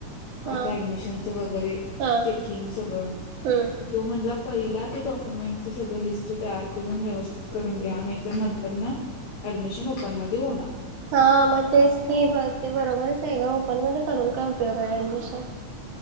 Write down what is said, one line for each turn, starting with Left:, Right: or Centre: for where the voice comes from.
Left: आता
Right: हा
Left: ऍडमिशनच वगैरे
Right: हा
Left: चेकिंग सगळं
Right: हम्म
Left: तो म्हणला पहिल्या ते डॉक्युमेंट सगळ लिस्ट तयार करून व्यवस्थित करून घ्या नाहीतर नंतर ना ऍडमिशन ओपन मध्ये होणार.
Right: हा मग तेच की ब ते बरोबरच आहे ग ओपन मध्ये करून काय उपयोग आहे ऍडमिशन?